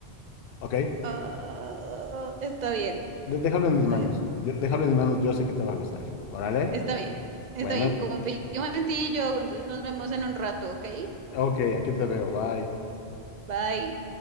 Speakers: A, on the left; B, on the right.
A: ¿ok?
B: Ah, está bien,
A: De- déjalo en mis
B: está
A: manos,
B: bien,
A: yo déjalo en mis manos, yo sé que te va a gustar. Órale,
B: está bien, está
A: bueno,
B: bien. Confío en ti, Joe, entonces nos vemos en un rato, ¿ok?
A: ok, aquí te veo, bye.
B: Bye.